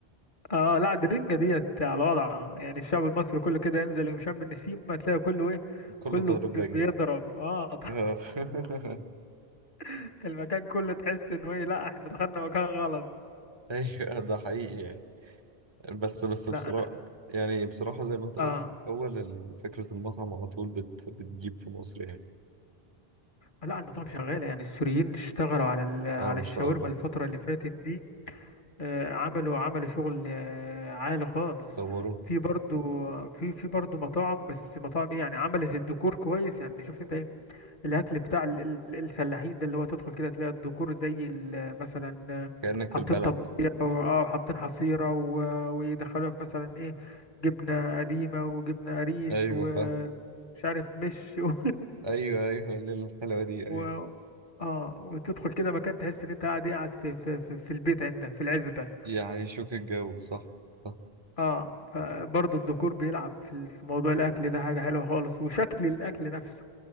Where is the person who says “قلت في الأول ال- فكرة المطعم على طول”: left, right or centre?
Right